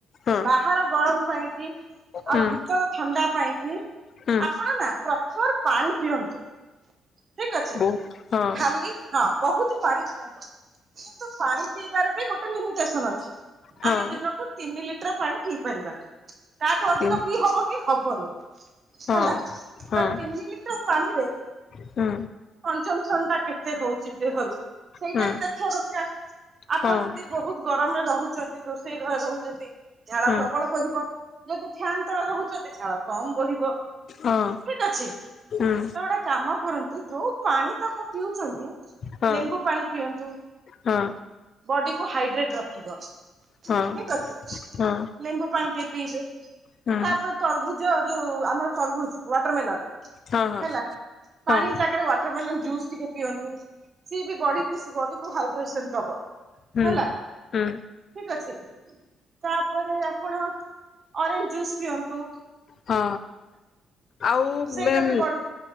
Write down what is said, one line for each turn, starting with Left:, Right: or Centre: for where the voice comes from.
Left: ହଁ
Right: ବାହାର ଗରମ ପାଇଁକି ଆଉ
Left: ହୁଁ
Right: ଭିତର ଥଣ୍ଡା ପାଇଁକି
Left: ହୁଁ
Right: ଆପଣ ନା ପ୍ରପର ପାଣି ପିଅନ୍ତୁ। ଠିକ ଅଛି
Left: ବହୁତ ହଁ
Right: ଖାଲି ହଁ। ବହୁତୁ ପାଣି ପିଅନ୍ତୁ କିନ୍ତୁ ପାଣି ପିଇବାର ବି ଗୋଟେ ଟେସନ ଅଛି।
Left: ହୁଁ ହଁ
Right: ଆମେ ଦିନକୁ ତିନି ଲିଟର ପାଣି ପିଇ ପାରିବା। ତାଠୁ ଅଧିକ
Left: ହଁ
Right: ପିଇ ହବ କି ହବନି। ହେଲା
Left: ହଁ ହଁ
Right: ତ ତିନି ଲିଟର ପାଣିରେ
Left: ହୁଁ।
Right: ଜମ୍ପସନ୍ ଟା କେତେ ହଉଛି ଦେହରୁ ସେଇଟା
Left: ହୁଁ
Right: ବି ଦେଖିବା ଦରକାର। ଆପଣ
Left: ହଁ
Right: ଯଦି ବହୁତ ଗରମରେ ରହୁ ଛନ୍ତି ରୋଷେଇ ଘରେ ରହୁଛନ୍ତି ଝାଳ
Left: ହଁ।
Right: ପ୍ରବଳ ବୋହିବ। ଯଦି ଫ୍ୟାନ ତଳେ ରହୁଛନ୍ତି ଝାଳ କମ ବୋହିବ।
Left: ହଁ
Right: ଠିକ ଅଛି
Left: ହୁଁ।
Right: ତ ଗୋଟେ କାମ କରନ୍ତୁ ଯୋଉ ପାଣି ତକ ପିଉଚନ୍ତି
Left: ହଁ
Right: ଲେମ୍ବୁ ପାଣି ପିଅନ୍ତୁ
Left: ହଁ
Right: ବଡି କୁ ହାଇଡ୍ରେଟ ରଖିବ
Left: ହଁ
Right: ଠିକ ଅଛି।
Left: ହଁ
Right: ଲେମ୍ବୁ ପାଣି ବି ପିଇବେ
Left: ହଁ
Right: ତାପରେ ତରଭୁଜ ଯୋଉ ଆମର ତର୍ଭୁଜ୍ ୱାଟରମେଲନ୍
Left: ହଁ
Right: ହେଲା। ପାଣି
Left: ହଁ
Right: ଜାଗାରେ ୱାଟରମେଲନ୍ ଜୁସ୍ ଟିକେ ପିଅନ୍ତୁ ସିଏ ବି ବଡି କୁ ବଡି କୁ ହାଇଡ୍ରେ ସନ୍ ଦବ।
Left: ହୁଁ
Right: ହେଲା
Left: ହୁଁ।
Right: ଠିକ ଅଛି ତାପରେ ଆପଣ ଅରେଞ୍ଜ ଜୁସ୍ ପିଅ ନ୍ତୁ।
Left: ହଁ ଆଉ
Right: ସେଇଟା
Left: ମେଲ୍
Right: ବି ବଢି